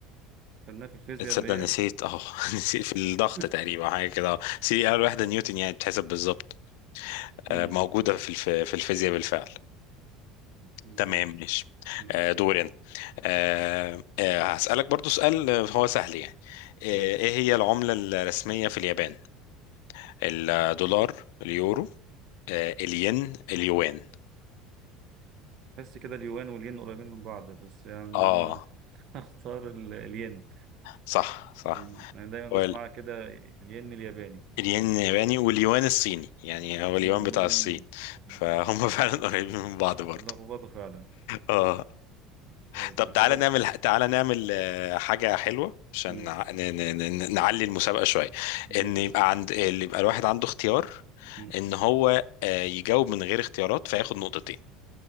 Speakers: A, on the right; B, on the left.
A: خدناها في الفيزياء
B: تصدق
A: اللي
B: نسيت
A: هي
B: اه <laughs> نسيت في الضغط
A: <laughs>
B: تقريبا حاجه كده اه سي اول واحده نيوتن يعني بتحسب بالظبط
A: امم
B: آه، موجوده في الف... في الفيزياء بالفعل
A: بالظبط
B: تمام ماشي
A: ماشي
B: آه، دوري انا آه، آه، هسألك برضو سؤال آه، هو سهل يعني آه،
A: ماشي
B: ايه هي العملة الرسمية في اليابان الدولار اليورو آه، الين اليوان
A: حس كده اليوان والين قريبين من بعض بس يعني
B: اه
A: انا <laughs> هختار ال- الين
B: صح صح
A: انا دايما بسمعها
B: هو ال-
A: كده الين الياباني
B: الين الياباني واليوان الصيني يعني هو
A: امم
B: اليوان بتاع الصين
A: أمم.
B: فهم <laughs> فعلا قريبين من بعض برضه
A: لخبطه فعلا
B: اه
A: طيب
B: طب
A: يبقى
B: تعالى
A: كده
B: نعمل تعالى نعمل آه، حاجة حلوة عشان
A: أمم.
B: نع- ن- ن- ن- نعلي المسابقة شوية
A: ماشي
B: ان يبقى عند اللي يبقى الواحد عنده اختيار
A: أمم.
B: ان هو آه، يجاوب من غير اختيارات فياخد نقطتين